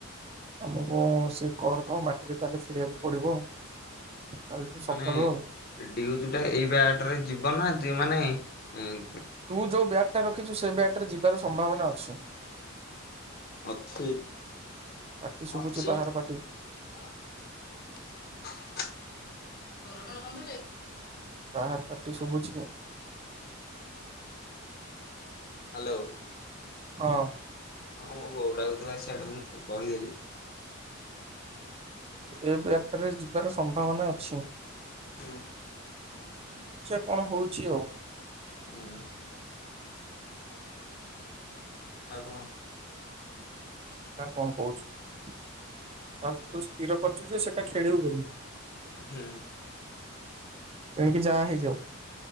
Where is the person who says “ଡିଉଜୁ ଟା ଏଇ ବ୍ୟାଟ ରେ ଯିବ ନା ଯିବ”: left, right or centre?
Left